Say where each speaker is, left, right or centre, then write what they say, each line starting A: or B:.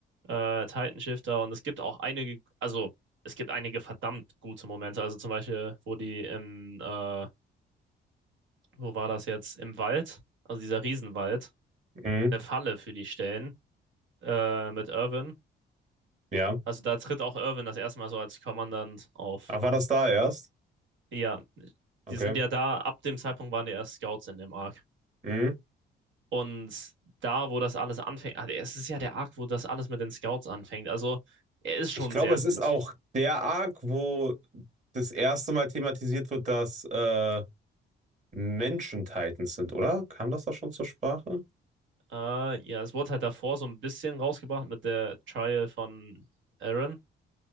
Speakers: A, on the right (about 70°); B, on the right (about 35°).
A: äh, Titan-Shifter und es gibt auch einige, also es gibt einige verdammt gute Momente. Also zum Beispiel, wo die im, äh, wo war das jetzt? Im Wald, also dieser Riesenwald,
B: Mhm,
A: eine Falle für die stellen äh, mit Irwin.
B: ja.
A: Also da tritt auch Irwin das erste Mal so als Kommandant auf.
B: Ach, war das da erst?
A: Ja,
B: Okay.
A: die sind ja da, ab dem Zeitpunkt waren die erst Scouts in dem Arc.
B: Mhm.
A: Und da, wo das alles anfängt, ah, es ist ja der Arc, wo das alles mit den Scouts anfängt. Also, er ist schon
B: Ich glaube,
A: sehr
B: es
A: gut.
B: ist auch der Arc, wo das erste Mal thematisiert wird, dass äh, Menschen Titans sind, oder? Kam das da schon zur Sprache?
A: Äh, ja, es wurde halt davor so ein bisschen rausgebracht mit der Trial von Aaron,